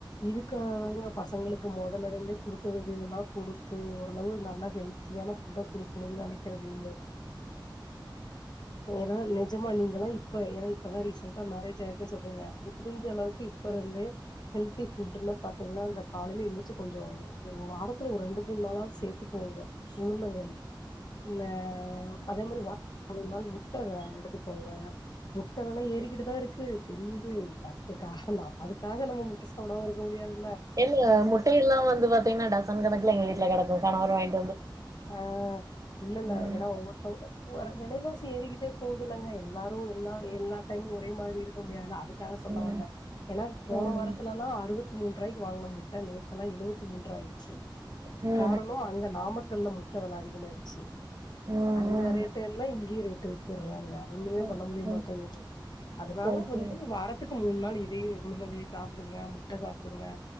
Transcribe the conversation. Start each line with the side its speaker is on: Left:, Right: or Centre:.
Left: இதுக்காகதாங்க பசங்களுக்கு மொதல்லருந்தே குடுக்க வேண்டியதெல்லா குடுத்து ஓரளவு நல்லா ஹெல்த்தியான ஃபுட்டா குடுக்கனுன் நெனக்கிற <unintelligible> ஏன்னா நெஜமா நீங்கல்லா இப்ப ஏனா இப்பதா ரீசண்டா மேரேஜ் ஆயிருக்குனு சொல்றீங்க முடுஞ்ச அளவுக்கு இப்பருந்தே ஹெல்தி ஃபுட்டுன்னா பாத்தீங்னா இந்த காலைல எந்திர்ச்சி கொஞ்சொ வாரத்துல ஒரு ரெண்டு மூண் நாளாவ்து சேத்துக்கோங்க உளுந்தங்களி இந்த அதே மாரி வாரத்துல ஓரு நாள் முட்ட எடுத்துக்கோங்க முட்ட வெல ஏறிக்கிட்டு தா இருக்கு <unintelligible> தெரியிது அதுக்கு காரண அதுக் காக நம்ம முட்ட சாப்டாம இருக்க முடியாது
Right: இல்ல முட்டையெல்லா வந்து பாத்தீங்னா டசன் கணக்குல எங்க வீட்ல கடக்கு கணவர் வாங்கி
Left: ஆ இல்ல
Right: ம்
Left: நா ஏனா ஒவ்வொருத்தவ்ங்க ஒர் வெலைவாசி ஏறிக்கிட்டே போவுதுல்லங்க எல்லாரு எல்லா எல்லா டைம் ஒரே மாரி இருக்க முடியாதுல அதுக்காக
Right: ம்
Left: சொல்ல வந்தெ ஏன்னா போன
Right: ம்
Left: வாரத்துலல்லா
Right: ம்
Left: அறுவத்தி மூன்ருவாய்க்கு வாங்குன முட்ட நேத்தெல்லா எழுவத்தி மூன்ருவா ஆயிடுச்சு
Right: ம் ம்
Left: காரணொ அங்க நாம கல்ல முட்ட வெல அதிகமாயிடுச்சி
Right: ம் ம்
Left: அங்க ரேட்டு ஏர்னா இங்கயு ரேட்டு ஏத்திர்றாங்க ஒன்னுமே
Right: ம்
Left: பண்ண முடிய மாட்டெங்குது
Right: ம்
Left: அதுனால
Right: சரி சரி
Left: வந்து வார த்துக்கு மூணு நாள் இதையு உளுந்தங்களி சாப்புடுங்க முட்ட சாப்புடுங்க